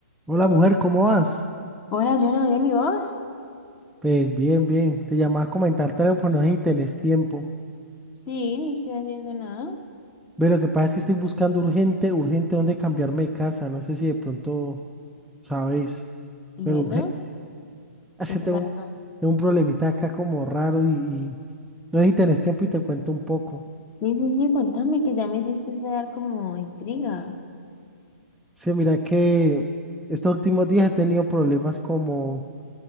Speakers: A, in the centre; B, on the left (about 20°).
A: Hola mujer, ¿cómo vas?
B: Hola, yo no bien, ¿y vos?
A: Pues bien, bien. Te llamaba a comentarte algo, pero no sé si tenés tiempo.
B: Sí, no estoy haciendo nada.
A: Ve, lo que pasa es que estoy buscando urgente, urgente dónde cambiarme de casa. No sé si de pronto sabes,
B: ¿Y
A: pero urgente.
B: eso?
A: <laughs> Hace
B: ¿Qué te
A: Tengo
B: pasó?
A: un, tengo un problemita acá como raro y, y no sé si tenés tiempo y te cuento un poco.
B: Sí, sí, sí, contame que ya me hiciste dar como intriga.
A: Sí, mira que estos últimos días he tenido problemas como,